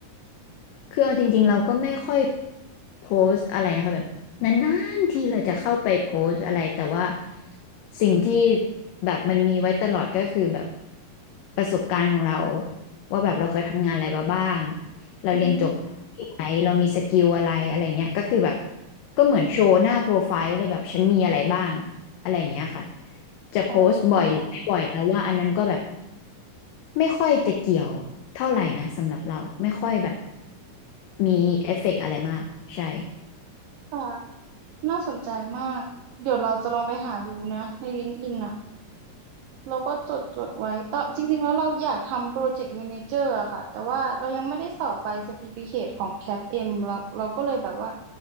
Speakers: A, on the left; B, on the right.
A: คือเอาจริงๆเราก็ไม่ค่อยโพสต์อะไรนะคะแบบนานๆที่เราจะเข้าไปโพสต์อะไรแต่ว่าสิ่งที่แบบมันมีไว้ตลอดก็คือแบบประสบการณ์ของเราว่าแบบเราเคยทำงานอะไรมาบ้างเราเรียนจบที่ไหนเรามีสกิลอะไรอะไรเงี้ยก็คือแบบ
B: อืม
A: ก็เหมือนโชว์หน้าโปรไฟล์ไว้เลยแบบฉันมีอะไรบ้าง อะไรอย่างเงี้ยค่ะ จะโพสต์บ่อยหรือไม่บ่อยแล้วว่าอันนั้นก็แบบ
B: อ๋อเข้าใจ
A: ไม่ค่อยจะเกี่ยวเท่าไหร่นะสำหรับเราไม่ค่อยแบบมีเอฟเฟกต์อะไรมากใช่
B: ค่ะน่าสนใจมากเดี๋ยวเราจะลองไปหาดูนะใน LinkedIn อนอ่ะเราก็จดจดไว้ตอจริงๆแล้วเราอยากทำโปรเจกต์แมเนเจอร์อะค่ะแต่ว่าเรายังไม่ได้สอบใบ c e r t i f i c a t e ของ CAPM เอ็มเราเราก็เลยแบบว่า